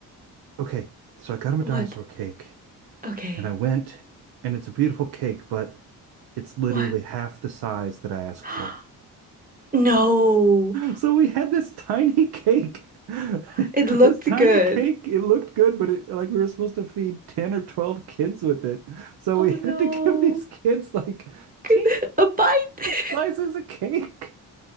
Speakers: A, on the right; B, on the right.
A: okay so i got him a
B: What?
A: dinosaur cake
B: Okay.
A: and i went and it's a beautiful cake but it's literally
B: What?
A: half the size that i asked
B: <gasps>
A: for
B: No.
A: So we had this tiny cake. <laughs>
B: It
A: This
B: looked
A: tiny
B: good.
A: cake, it looked good, but it like we were supposed to feed 10 or 12 kids with it. So
B: Oh
A: we <laughs> had
B: no.
A: to give these kids like
B: <laughs>
A: teeny
B: A bite.
A: little slices
B: <laughs>
A: of cake.